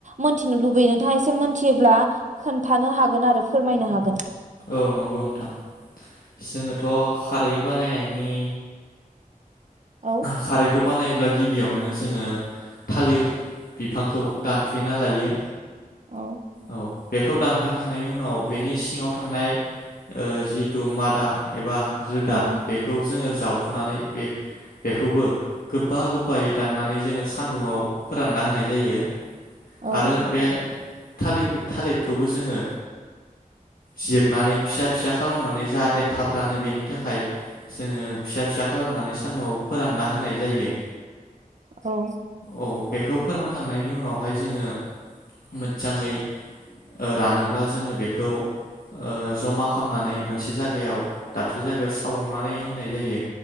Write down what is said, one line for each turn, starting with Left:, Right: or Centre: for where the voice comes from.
Right: मिथिनो लुबैयो नोंथाङा एसे मोनथियोब्ला खोन्थानो हागोन आरो फोरमायनो हागोन
Left: औ नंगौ नोंथां जोङोथ खारै बानायनायनि
Right: औ
Left: खारैखौ बानायोब्ला गिबियावनो जोङो थालिर बिफांखौ दानफेना लायो
Right: औ
Left: औ बेखौ दानफायखां थांनायनि उनाव बेनि सिङाव थांनाय जिहेथु ओ मादा एबा रोदा
Right: औ
Left: बेखौ जोङो जावफुनानै बे बेखौबो गोबा गोबायै दाननानै जोङो सान्दुाव फोरानना होनाय जायो
Right: औ
Left: आरो बे थालिर थालिरखौबो जोङो जिरनानै फिसा फिसा खालामनानै जाहाथे थाब रानो बेनि थाखाय जोङो फिसा फिसा खालामनानै सान्दुंआव फोरानना होनाय जायो
Right: औ
Left: औ बेखौ फोरानखांनायनि उनावहाय जोङो मोजाङै ओ रानोब्ला जोङो बेखौ ओ जमा खालामनानै मोनसे जायगायाव दाबसे जायगायाव सावनानै होनाय जायो